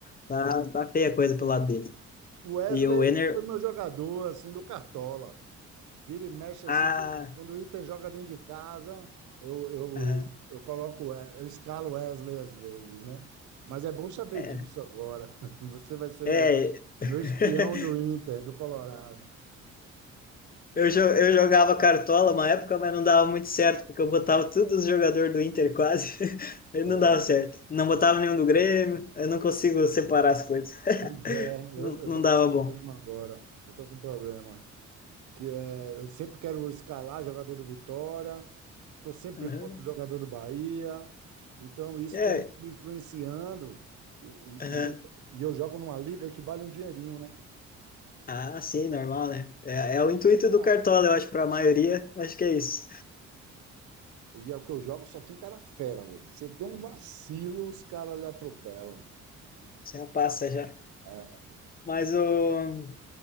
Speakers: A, on the left; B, on the right.
A: Tá tá feia a coisa pelo lado dele.
B: O Wesley
A: E o Enner
B: foi meu jogador, assim, do Cartola. Vira e mexe assim.
A: ah,
B: Quando quando o Inter joga dentro de casa, eu, eu,
A: aham,
B: eu coloco, o We- eu escalo o Wesley às vezes, né? Mas é bom saber
A: é,
B: disso agora. <laughs> Você vai ser
A: é
B: meu,
A: <laughs>
B: meu espião do Inter, do Colorado.
A: Eu, jo- eu jogava cartola uma época, mas não dava muito certo, porque eu botava todos os jogadores do Inter quase, <laughs> aí não
B: É,
A: dava certo. Não botava nenhum do Grêmio, eu não consigo separar as coisas. <laughs>
B: pois é,
A: Não,
B: eu, eu
A: não
B: tô
A: dava
B: com esse problema
A: bom.
B: agora. Eu tô com um problema. Que é, eu sempre quero escalar jogador do Vitória, estou sempre
A: Uhum.
B: contra o jogador do Bahia. Então, isso
A: É,
B: está me influenciando. E,
A: uhum.
B: e- e eu, e eu jogo numa liga que vale um dinheirinho, né?
A: Ah, sim, normal, né? É,
B: Isso
A: é
B: aqui,
A: o intuito
B: os cara,
A: do Cartola, eu acho, para a maioria, acho que é isso.
B: e é o que eu jogo, só tem cara fera, velho. Você tem um vacilo, os caras lhe atropelam.
A: Já passa já.
B: É.
A: Mas o,